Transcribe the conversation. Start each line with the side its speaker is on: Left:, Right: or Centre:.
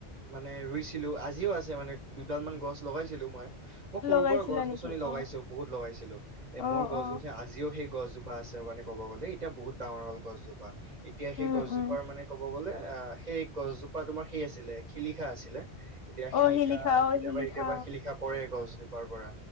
Right: মানে ৰুই ছিলো আজিও আছে মানে দুডাল মান গছ লগাইছিলো মই মই সৰু
Left: লগাইছিলা
Right: পৰাৰ গছ
Left: নেকি
Right: গছনি লগাইছো
Left: অ
Right: বহুত লগাইছো এ মোৰ
Left: অ
Right: গছ
Left: অ
Right: গছে আজিওেই গছজোপা আছে মানে ক'ব গ'লে এতিয়া বহুত ডাঙৰ হ'ল গছজোপা এতিয়া সেই
Left: উম
Right: গছজোপাৰ
Left: উম
Right: মানে ক'ব গ'লে অ' সেই গছজোপা তোমাৰ সেই আছিলে শিলিখা আছিলে এতিয়া শিলিখা
Left: অ সি লিখা অ
Right: কেতিয়াবা
Left: সি লিখা
Right: কেতিয়াবা শিলিখা পৰে গছ পোৰা পৰা